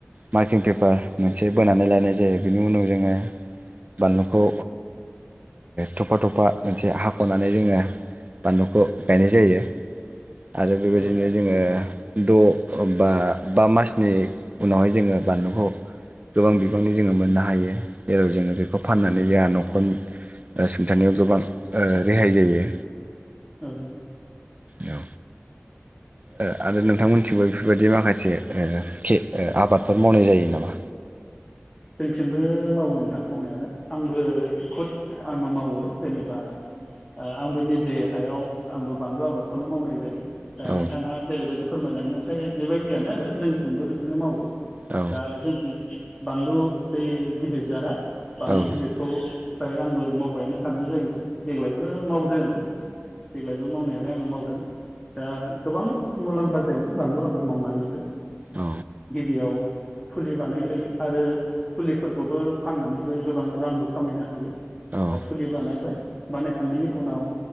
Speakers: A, on the right (about 35°); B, in the centre.
A: मार्किं पेपार मोनसे बोनानै लानाय जायो। बेनि उनाव जोङो बानलुखौ थफा थफा मोनसे हाख'नानै जोङो बानलुखौ गायनाय जायो। आरो बेबायदिनो
B: औ
A: जोङो द' बा बा मासनि उनावहाय जोङो बानलुखौ गोबां बिबांनि जोङो मोननो हायो जेराव जोङो बेखौ फाननानै जोंहा न'खर ओ सुंथानायाव गोबां ओ रेहाय जायो।
B: औ
A: औ ओ आरो नोंथांमोनथिंबो बेफोरबायदि माखासे ओ आबाद मावनाय जायो नामा?
B: जोंथिंबो मावो नो दां मावनायालाय आंबो खुद आंबो मावो जेनेबा ओ आंबो निजे हायाव आंबो बानलु आबादखौनो मावनाय जायो। दा
A: औ
B: नोंथाङा जेरैबायदि फोरमायलांनो ओमफ्राय बेबायदियानो आरो जोंथिंबो बिदिनो मावो।
A: औ
B: दा जोंनि बानलु बै गिदिर जारा बानलु
A: औ
B: गिदिरखौ फ्राय आंबो मावबायानो थानाय जायो। देग्लायबो मावदों। देग्लायबो मावनायालाय आङो मावदों दा गोबां मुलाम्फा जायो बानलु आबाद मावनानैबो।
A: औ
B: गिबियाव फुलि बानायग्रायो। आरो फुलिफोरखौबो फाननानैबो गोबां रांबो खामायनो हायो। दा
A: औ
B: फुलि बानायबाय बानायखांनायनि उनाव